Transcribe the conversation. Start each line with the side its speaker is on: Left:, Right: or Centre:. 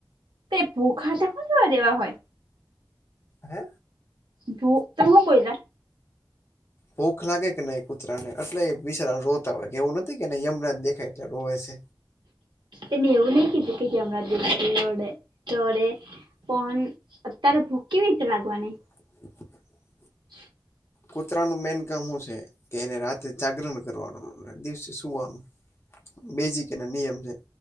Right: તે ભૂખા જોવા દેવા હોય.
Left: હે?
Right: ભૂ તમે હું કોલા?
Left: ભૂખ લાગે કે નહી કુતરાને એટલે એ વિચારા રોતા હોય કે એવું નથી કે યમનાને દેખાય એટલે રોવે છે.
Right: એ મે એવું નઈ કીધું કે હમણાં દેખા રોડે રોડે. પણ અત્યારે ભૂખ કેવી રીતે લાગવાની?
Left: થ
Right: <inaudible>
Left: કૂતરાનું મેન કામ શું છે કે એને રાતે જાગરણ કરવાનું દિવસે સુવાનું. બેઝીકેલી નિયમ છે.